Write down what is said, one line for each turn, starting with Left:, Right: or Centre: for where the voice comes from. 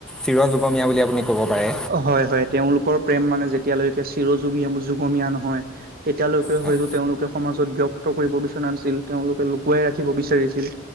Centre: চিৰ যুগমীয়া বুলি আপুনি ক'ব পাৰে
Right: হয়-হয় তেওঁলোকৰ প্ৰেম মানে যেতিয়ালৈ চিৰ যুগী যুগমীয়া নহয় তেতিয়ালৈকে
Centre: হয়
Right: হয়তো তেওঁলোকে সমাজত ব্যক্ত কৰিব বিচৰা নাছিল। তেওঁলোকে লুকুৱাই ৰাখিব বিচাৰিছিল।